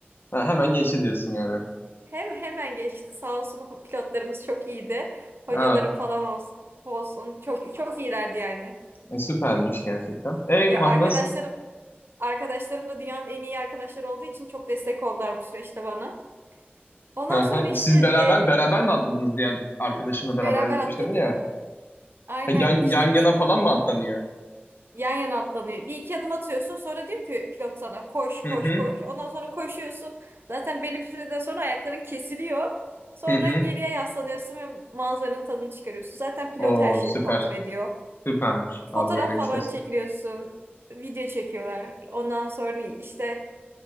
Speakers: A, on the left; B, on the right.
A: Ha, hemen geçti diyorsun yani.
B: Hem hemen geçti sağ olsun pilotlarımız çok iyiydi.
A: Ha,
B: Hocalarım falan olsun, olsun çok çok iyilerdi yani.
A: e, süpermiş gerçekten. E
B: Ya
A: kanka
B: arkadaşlarım
A: nasıl?
B: arkadaşlarım da dünyanın en iyi arkadaşları olduğu için çok destek oldular bu süreçte bana. Ondan
A: Ha,
B: sonra
A: ha.
B: işte
A: Siz
B: e,
A: beraber beraber mi atladınız diğer arkadaşımla
B: beraber
A: beraber gitmiştin
B: atladık.
A: ya.
B: Aynen
A: Ha, yan,
B: işte
A: yan yana
B: bir
A: falan mı atlanıyor?
B: Yan yana atlanıyor. Bir iki adım atıyorsun sonra diyor ki pilot sana koş
A: Hı
B: koş
A: hı.
B: koş. Ondan sonra koşuyorsun. Zaten belli bir süreden sonra ayakların kesiliyor. Sonra
A: Hı hı.
B: geriye yaslanıyorsun ve manzaranın tadını çıkarıyorsun. Zaten pilot
A: Oo
B: her şeyi
A: süper.
B: kontrol ediyor.
A: Süpermiş. Harbi
B: Fotoğraf
A: öyle bir
B: falan
A: şey.
B: çekiliyorsun. Video çekiyorlar. Ondan sonra işte